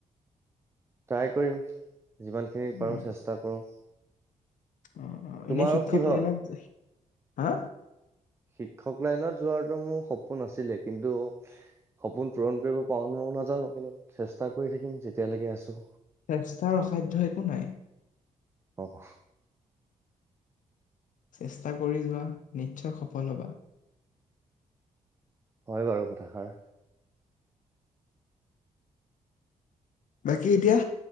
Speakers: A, on the right; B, on the left.
A: ট্ৰাই কৰিম যিমানখিনি পাৰো
B: উম
A: চেষ্টা কৰো।
B: অ
A: তোমাৰো
B: এনে শিক্ষক
A: কি ভাব
B: লাইনত, হা
A: শিক্ষক লাইনত যোৱাটো মোৰ সপোন আছিলে কিন্তু সপোন পূৰণ কৰিব পাৰো নোৱাৰোঁ নাজানো কিন্তু চেষ্টা কৰি থাকিম যেতিয়ালৈকে আছো।
B: চেষ্টাৰ অসাধ্য একো নাই।
A: অহ।
B: চেষ্টা কৰি যোৱা নিশ্চয় সফল হবা।
A: হয় বাৰু কথাষাৰ।
B: বাকী এতিয়া